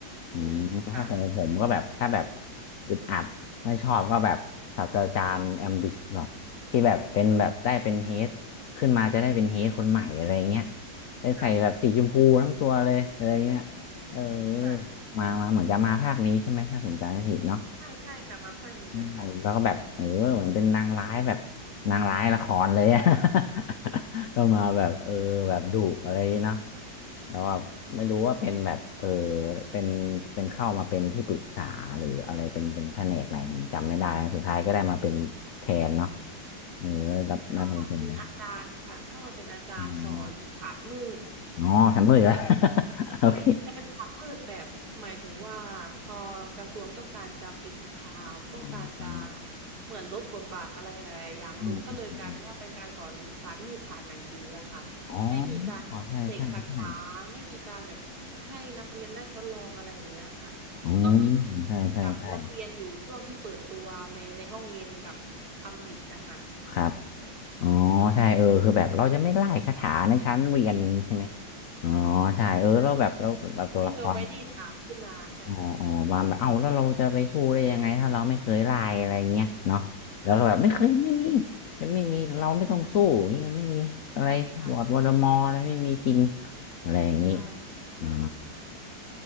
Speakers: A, on the left; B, on the right.
A: อืมถ้าของผมก็แบบถ้าแบบ
B: อืมค่ะ
A: อึดอัดไม่ชอบก็แบบศาสตราจารย์แอมบิชเนาะที่แบบเป็นแบบได้เป็นเฮดขึ้นมาจะได้เป็นเฮดคนใหม่อะไรเงี้ย
B: อ่า
A: ได้ใส่แบบสีชมพูทั้งตัวเลยอะไรเงี้ยเออ
B: ค่ะค่ะ
A: มามาเหมือนจะมาภาคนี้ใช่ไหมถ้าผมจำไม่ผิดเนาะ
B: ใช่ใช่ค่ะมาภาคนี้เลยค่ะ
A: เอาแล้วก็แบบเออเหมือนเป็นนางร้ายแบบนางร้ายละครเลยอะ <laughs> ก็มาแบบเออแบบดุอะไรเนาะแล้วแบบไม่รู้ว่าเป็นแบบเออเป็นเป็นเข้ามาเป็นที่ปรึกษาหรืออะไรเป็นเป็นแผนกไหนผมจำไม่ได้สุดท้ายก็ได้มาเป็นแทนเนาะเออรับมาทำเป็นนะ
B: เข้ามาเป็นอาจารย์ค่ะเข้ามาเป็นอาจารย์สอนศาสตร์มืด
A: อืมอ๋อแซมเมอร์อีกแล้ว <laughs> โอเค
B: แต่เป็นศาสตร์มืดแบบหมายถึงว่าพอกระทรวงต้องการจะปิดข่าวต้องการจะ
A: อ๋ออืม
B: เหมือนลดบทบาทอะไรหลายๆอย่างลงก็เลยกลายเป็นว่าเป็นการสอนศาสตร์มืดผ่านหนังสืออะค่ะไม่มีการเสกคาถาไม่มีการแบบให้นักเรียนได้ทดลองอะไรแบบเนี้ยค่ะ
A: อืมอืมอืมอ๋ออ๋อใช่ใช่ใช่อืม
B: ก็มีคนกับนักเรียนอยู่ช่วงที่เปิดตัวในในห้องเรียนกับอมริตนะคะ
A: ใช่ใช่ใช่ ครับ อ๋อ ใช่ เออ คือแบบเราจะไม่ไล่คาถาในชั้นเรียนนี้ใช่ไหมอ๋อ
B: ใช่ใช่
A: ใช่ เออ เราแบบเราแบบตัวละคร
B: ที่เฮอร์ไมนี่ถามขึ้นมาใช่ค่ะ
A: อ๋ออ๋อมาแบบเอ้าแล้วเราจะไปสู้ได้ยังไงถ้าเราไม่เคยไล่อะไรเงี้ยเนาะแล้วก็แบบไม่เคยไม่มี
B: อ่าใช่
A: จะไม่มีเราไม่ต้องสู้อย่างงี้ไม่มีอะไรลอร์ดวอลเดอมอร์อะไรไม่มีจริง
B: เออใช่ใช่ค่ะ
A: อะไรอย่างงี้
B: จริงใช่
A: อ๋อ
B: ค่ะ